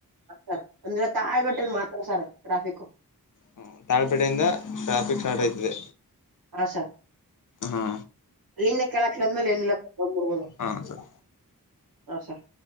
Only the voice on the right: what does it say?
ಸರ್ ಅಂದ್ರೆ ತಾಯ ಬಟನ್ ಮಾತ್ರ ಸರ್ ಟ್ರಾಫಿಕ್
ಹಾ ಸರ್
ಅಲ್ಲಿಂದ ಕಿಳ ಕಿಳ್ಮೇಲೆ ಎನ್ನಲ್ಲ ಬಂದ್ ಬಿಡಬಹುದು
ಹಾ ಸರ್